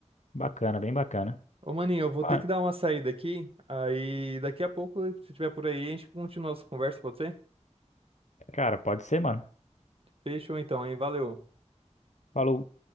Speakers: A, on the left; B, on the right.
A: bacana, bem bacana.
B: Ô, maninho, eu vou
A: Ah,
B: ter que dar uma saída aqui, aí daqui a pouco, se tiver por aí, a gente continua a nossa conversa, pode ser?
A: Cara, pode ser, mano.
B: Fechou então, hein? Valeu.
A: Falou.